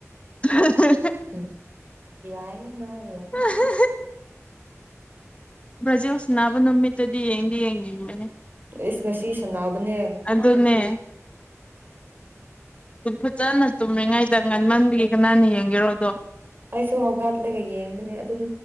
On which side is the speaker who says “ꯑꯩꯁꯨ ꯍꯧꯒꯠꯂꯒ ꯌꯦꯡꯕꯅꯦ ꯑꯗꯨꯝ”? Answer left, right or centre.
Right